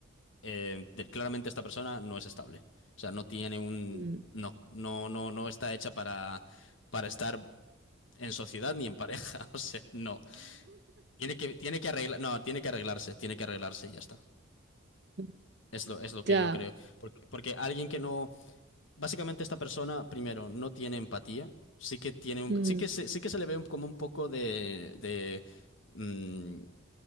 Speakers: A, on the left; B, on the right.
A: eh, de- claramente esta persona no es estable. O sea, no tiene un...
B: mm.
A: No, no, no, no está hecha para, para estar en sociedad ni en pareja. <laughs> O sea, no. Tiene que, tiene que arreglar, no, tiene que arreglarse, tiene que arreglarse y ya está.
B: <laughs>
A: Es lo, es lo que
B: Ya.
A: yo creo. Porque, porque alguien que no, básicamente esta persona, primero, no tiene empatía, sí que tiene un-
B: mm,
A: sí que se, sí que se le ve un- como un poco de, de, mm,